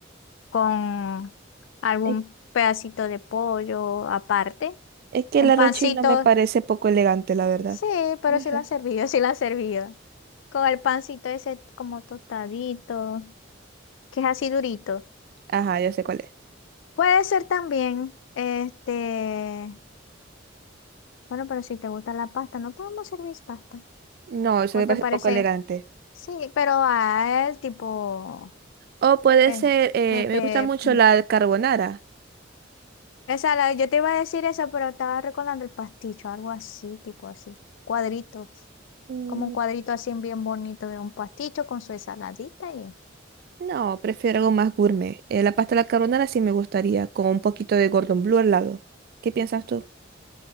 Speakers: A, on the left (about 70°); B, on the right (about 50°).
A: con algún
B: Es,
A: pedacito de pollo aparte,
B: es que
A: un
B: el arroz
A: pancito.
B: chino me parece poco elegante, la verdad.
A: Sí, pero
B: <laughs>
A: sí la han servido, <laughs> sí la han servido. Con el pancito ese como tostadito, que es así durito.
B: Ajá, yo sé cuál es.
A: Puede ser también, este, bueno, pero si te gusta la pasta, no podemos servir pasta.
B: No, eso
A: ¿O
B: me
A: te
B: parece
A: parece?
B: poco elegante.
A: Sí, pero a él tipo,
B: O puede
A: eh,
B: ser, eh,
A: este,
B: me gusta mucho
A: mm,
B: la carbonara.
A: esa, la- yo te iba a decir eso, pero estaba recordando el pasticho, algo así, tipo así, cuadritos,
B: Mm,
A: como un cuadrito así bien bonito de un pasticho con su ensaladita y...
B: No, prefiero algo más gourmet. Eh, la pasta de la carbonara sí me gustaría, con un poquito de Gordon Blue al lado. ¿Qué piensas tú?